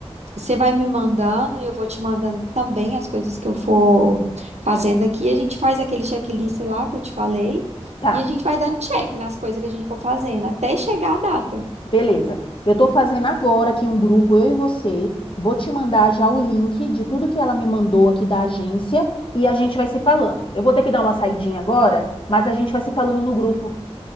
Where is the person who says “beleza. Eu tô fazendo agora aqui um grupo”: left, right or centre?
Left